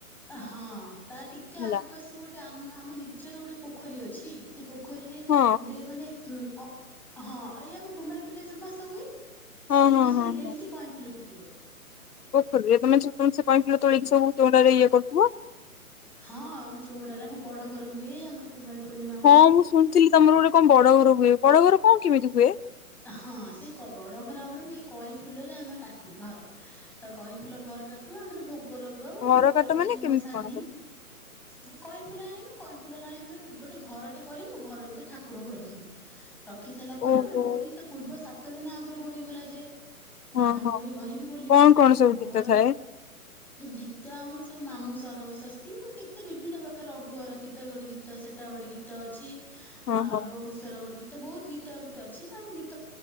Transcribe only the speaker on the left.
ହେଲା।
ହଁ
ହଁ
ହଁ
ହଁ
ହଁ।
ପୋଖରୀରେ ତମେ <inaudible> କଇଁ ଫୁଲ ତୋଳିକି ସବୁ‌ <inaudible> ଇଏ କରୁଥିବ।
ହଁ ମୁଁ ଶୁଣିଥିଲି ତମର ଗୋଟେ କଣ ବଡ ଘର ହୁଏ। ବଡ ଘର କଣ କେମିତି ହୁଏ?
ଘର
କାଟ
ମାନେ
କେମିତି
କଣ କର?
ଓହୋ
ହଁ
ହଁ
କଣ କଣ ସବୁ
ଗୀତ ଥାଏ?
ହଁ
ହଁ